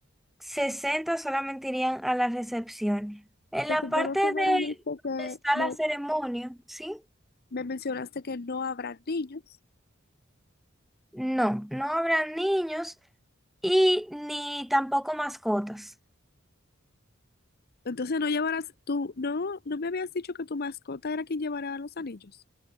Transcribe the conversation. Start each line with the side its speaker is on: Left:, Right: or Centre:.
Centre: 60 solamente irían a la recepción. En
Left: Se
Centre: la
Left: supone
Centre: parte de
Left: que me dijiste
Centre: donde
Left: que
Centre: está
Left: me,
Centre: la ceremonia, ¿sí?
Left: me mencionaste que no habrá niños.
Centre: No, no habrá niños y ni tampoco mascotas.
Left: Entonces no llevarás tú, no, no me habías dicho que tu mascota era quien llevará los anillos.